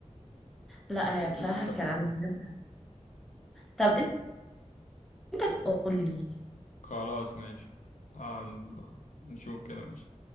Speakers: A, in the centre; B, on the left.
A: لا
B: بس
A: آه، بصراحه
B: القرفه فيها
A: كان انا
B: يعني
A: بجد- طب انت قول لي
B: خلاص ماشي هنز- نشوف كده ماشي